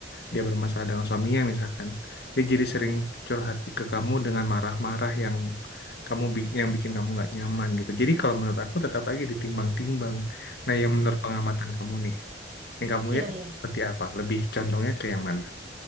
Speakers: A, on the left; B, on the right.
A: dia bermasalah dengan suaminya misalkan dia jadi sering curhat ke kamu dengan marah-marah yang kamu bi- yang bikin kamu nggak nyaman gitu jadi kalau menurut aku tetap lagi ditimbang-timbang nah yang menurut
B: Iya,
A: pengamatan kamu nih yang kamu
B: Iya,
A: lihat
B: iya.
A: seperti apa lebih condongnya ke yang mana